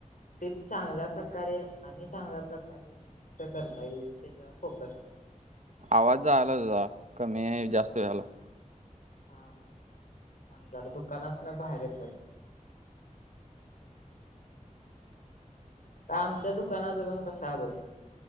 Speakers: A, on the left; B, on the right.
A: ते चांगल्या प्रकारे आणि चांगल्या प्रकारे कसं करता येईल त्याच्यावर फोकस कर
B: आवाज जायलाय तुझा. कमी आहे जास्त व्हालाय.
A: हा हा थांबा जरा दुकानात बाहेर येतो थांब. आता आमच्या दुकानाचपण कस आहे बघ